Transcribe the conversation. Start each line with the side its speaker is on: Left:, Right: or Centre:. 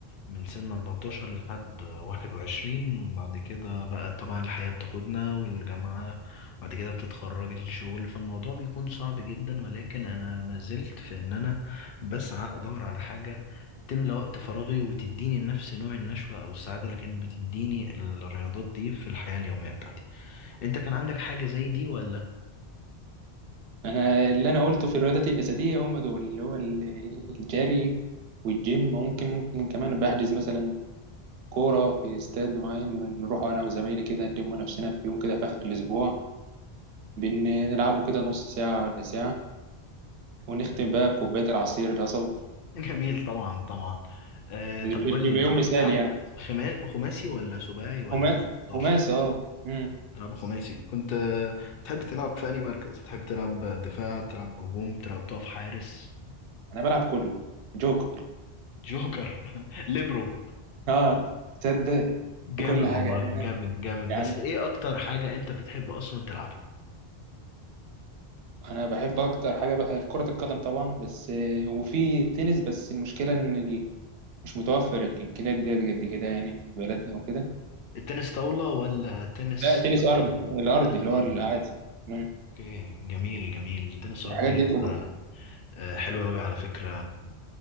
Left: من سن 14 لحد 21 وبعد كده بقى طبعا الحياة بتاخدنا والجامعة وبعد كده بتتخرج الشغل فالموضوع بيكون صعب جدا ولكن أنا ما زلت في إن أنا بسعى أدور على حاجة تملى وقت فراغي وتديني نفس نوع النشوة أو السعادة اللي كانت بتديني الرياضات دي في الحياة اليومية بتاعتي أنت كان عندك حاجة زي دي ولا؟
Right: انا اللي انا قلته في الرياضات الجسديه هم دول اللي هو ال- الجري والجيم ممكن ممكن كمان بحجز مثلا كوره في استاد معين نروح انا وزمايلي كده نلم نفسنا في يوم كده في اخر الاسبوع بنلعبه كده نص ساعه ولا ساعه ونختم
Left: <laughs>
Right: بقى بكوبايه العصير القصب
Left: جميل طبعا طبعا آه
Right: بيبقى
Left: طب قول
Right: بيبقى
Left: لي أنت
Right: يوم
Left: كنت
Right: مثالي
Left: بتلعب
Right: يعني
Left: خما- خماسي ولا سباعي ولا
Right: خما-
Left: بتلعب 11؟
Right: خماس اه مم.
Left: تلعب خماسي كنت آه، تحب تلعب في أي مركز بتحب تلعب دفاع بتلعب هجوم بتلعب تقف حارس
Right: انا بلعب كله جوكر
Left: جوكر <laughs> ليبرو
Right: اه تصدق
Left: جامد
Right: في كل حاجه
Left: والله
Right: يعني
Left: جامد
Right: انا
Left: جامد
Right: يعني
Left: بس ايه اكتر حاجة انت بتحب اصلا تلعبها
Right: انا بحب اكتر حاجه بقى كره القدم طبعا بس آه، وفي تنس بس المشكله ان ال- مش متوفر الامكانيات ديت قد كده يعني في بلدنا وكده
Left: التنس طاولة ولا تنس
Right: لا تنس ارض
Left: ارضي
Right: الارضي
Left: تنس
Right: اللي
Left: ارضي
Right: هو العادي تمام
Left: اوكي جميل جميل التنس
Right: الحاجات
Left: الارضي
Right: ديت أم-
Left: لعبة آه، حلوة اوي على فكرة